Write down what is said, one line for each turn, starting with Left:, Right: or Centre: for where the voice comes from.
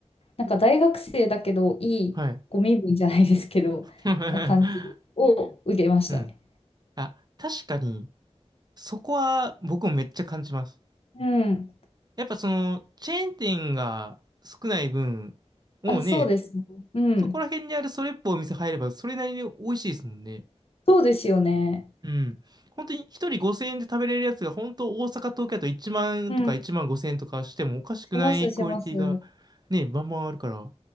Left: なんか大学生だけどいいご身分じゃないですけど、
Right: はい。<laughs>
Left: な感じを受けましたね。
Right: うん。あ、確かに、そこは僕もめっちゃ感じます。
Left: うん。
Right: やっぱその、チェーン店が少ない分、もうね、
Left: あ、そうですね。うん。
Right: そこら辺にあるそれっぽいお店入れば、それなりに美味しいですもんね。
Left: そうですよね。
Right: うん。本当に一人5000円で食べれるやつが、本当大阪、東京だと1万とか1万5000円とかしてもおかしくないクオリティがね、
Left: うん。します、します。
Right: バンバンあるから、